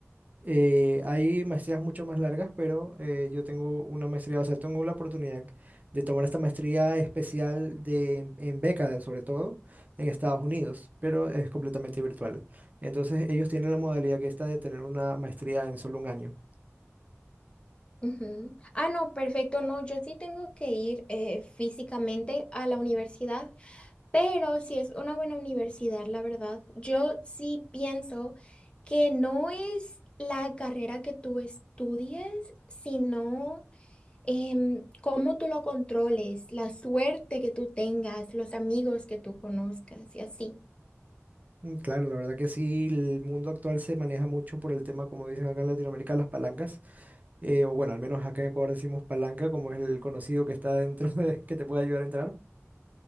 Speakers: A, on the right (about 35°); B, on the left (about 20°).
A: Eh, hay maestrías mucho más largas, pero eh, yo tengo una maestría, o sea, tengo la oportunidad de tomar esta maestría especial de, en, en beca, sobre todo en Estados Unidos, pero es completamente virtual. Entonces, ellos tienen la modalidad que está de tener una maestría en solo un año.
B: Ujú. Ah, no, perfecto, no, yo sí tengo que ir eh, físicamente a la universidad. Pero si es una buena universidad, la verdad, yo sí pienso que no es la carrera que tú estudies, sino em, cómo tú lo controles, la suerte que tú tengas, los amigos que tú conozcas y así.
A: Mm, Claro, la verdad que sí, el mundo actual se maneja mucho por el tema, como dicen acá en Latinoamérica, las palancas, eh, o bueno, al menos acá en Ecuador decimos palanca, como es el conocido que está dentro <laughs> de, que te puede ayudar a entrar.